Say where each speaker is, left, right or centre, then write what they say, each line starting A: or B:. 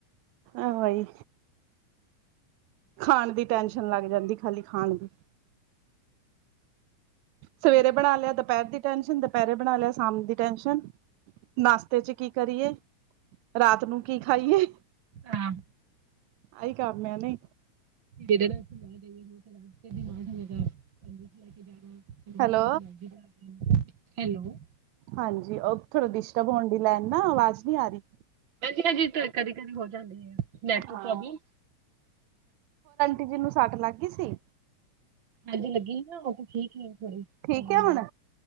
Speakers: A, on the right (about 80°); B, on the right (about 45°).
A: ਆਹਵਾਈ ਖਾਣ ਦੀ ਟੈਨਸ਼ਨ ਲੱਗ ਜਾਂਦੀ ਖਾਲੀ ਖਾਣ ਦੀ ਸਵੇਰੇ ਬਣਾ ਲਿਆ ਦੁਪਹਿਰ ਦੀ ਟੈਨਸ਼ਨ ਦੁਪਹਿਰੇ ਬਣਾ ਲਿਆ ਸ਼ਾਮ ਦੀ ਟੈਸ਼ਨ ਨਾਸ਼ਤੇ ਚ ਕੀ ਕਰੀਏ ਰਾਤ ਨੂੰ ਕੀ ਖਾਈਏ।
B: ਹਾਂ।
A: ਆਈ ਕਮਿਆ ਨੇ
B: ਜਿਹਦੇ ਨਾਲ ਅਸੀਂ ਲੈ ਜਾਈ ਰਾਤ ਦਿਮਾਗ ਹੋਵੇਗਾ ਲੈ ਕੇ ਜਾਣਾ
A: ਹੈਲੋ
B: ਹੈਲੋ
A: ਹਾਂਜੀ ਉਹ ਥੋੜਾ ਡਿਿਸਟਬ ਹੋਣ ਦੀ ਲੈਣ ਨਾ ਆਵਾਜ਼ ਨਹੀਂੀ ਆ ਰਹੀ।
B: ਹਾਂਜੀ ਹਾਂ ਕਦੀ ਕਦੇ ਹੋ ਜਾਂਦੀ ਆ ਹੈ। ਨੈੱਟਵਰਕ
A: ਹਾਂ
B: ਪਰੋਬਲ।
A: ਕਿਸੀ ਨੂੰ ਸੱਟ ਲੱਗ ਗਈ ਸੀ?
B: ਅੱਜ ਲੱਗੀ ਨਾ ਉਹ ਠੀਕ ਹੀ ਥੋੜੀ
A: ਠੀਕ
B: ਪਹਿਲਾਂ
A: ਹੈ ਹੁਣ
B: ਨਾਲ